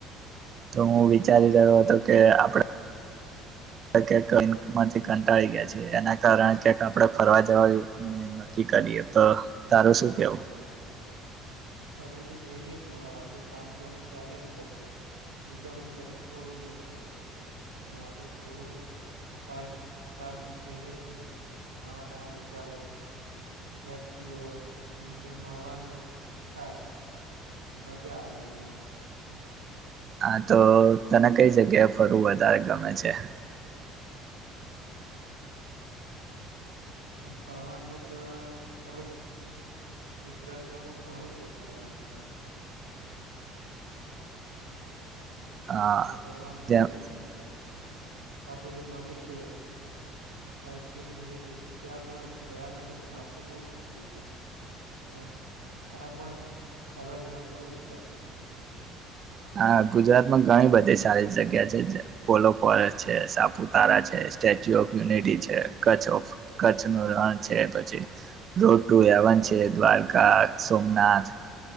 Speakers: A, on the right; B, on the right.
A: તો હું વિચારી રહ્યો હતો કે આપણેમાંથી કંટાળી ગયા છે એના કારણે આપણે ફરવા જવા નક્કી કરીએ તો તારું શું કેવું
B: ફરવું તો જોઈએ જ ને હવે આપડું કામ તો અમે ચાલે જ કરશે એ તો અમે કદી ફરું નહી થાય પણ આપડ થોડું અર્જ અજ જઈએ તો નવા નવા વિચારો વ્યક્તિઓ જોઈ મડવાનું થાય મજા આવે એની અલગ
A: હા તો તને કઈ જગ્યાએ ફરવું વધારે ગમે છે
B: આ ફરવાવામાં તો આપડે ગુજરાતમાં પણ ઘણું છે ફરવાલાયક
A: હા
B: નહી ફરવાવામાં તો
A: જે
B: હજી આપડું જે બન્યું છે સ્ટેચ્યુ ઓફ યુનિટી ત્યાં પણ હજી ગયા નથી નામ તો બહુ સાંભળ્યું છે પણ હા પણ ફરવા જવાની બહુ ઈચ્છા હતી
A: હા ગુજરાતમાં ઘણી બધી સારી જગ્યા છે પોલો ફોરેસ્ટ છે સાપુતારા છે સ્ટેચ્યુ ઓફ યુનિટી છે કચ્છ ઓફ કચ્છ ન રણ છે પછી રોડ ટુ એવન છે દ્વારકા સોમનાથ